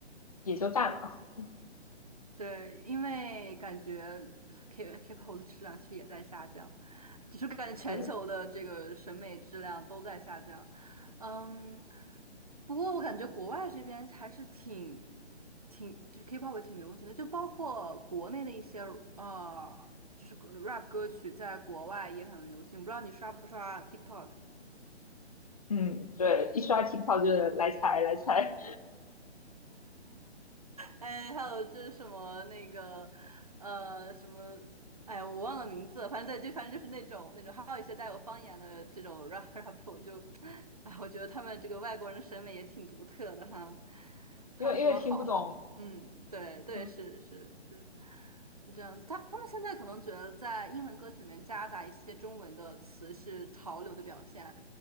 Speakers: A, on the left (about 35°); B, on the right (about 35°).
A: 也就淡了。
B: 对，因为感觉 K K-pop 的质量其实也在下降，就是感觉全球的这个审美质量都在下降。
A: 是，
B: 嗯，不过我感觉国外这边还是挺挺就是 K-pop 也挺流行的，就包括国内的一些呃，就是 rap 歌曲在国外也很流行。我不知道你刷不刷 TikTok？
A: 嗯，对，一刷 TikTok 就是来踩来踩，
B: 哎，还有就是什么那个，呃，什么，哎，我忘了名字了反正对，就反正就是那种那种，还有一些带有方言的这种 rap rap，我就，哎，我觉得他们这个外国人的审美也挺独特的哈。还有什么好好，
A: 因为因为听不懂，
B: 嗯，对对，
A: 嗯
B: 是是是，是这样子。他他们现在可能觉得在英文歌曲里面夹杂一些中文的词是潮流的表现，